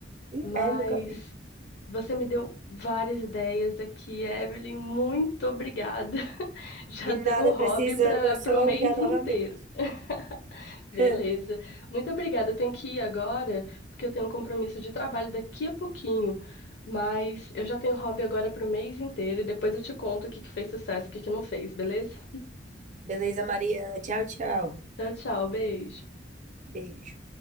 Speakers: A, on the right (about 40°); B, on the left (about 65°).
A: E
B: Mas
A: é, nunca vi.
B: você me deu várias ideias aqui, Evelyn. Muito obrigada. Já
A: De nada,
B: tenho hobby
A: precisando,
B: para
A: é só
B: o mês
A: ligar novamente.
B: inteiro. <laughs> Beleza.
A: <laughs>
B: Muito obrigada. Eu tenho que ir agora, porque eu tenho um compromisso de trabalho daqui a pouquinho. Mas eu já tenho hobby agora para o mês inteiro e depois eu te conto o que que fez sucesso e o que que não fez, beleza?
A: Beleza, Mariana. Tchau, tchau.
B: Tchau, tchau. Beijo.
A: Beijo.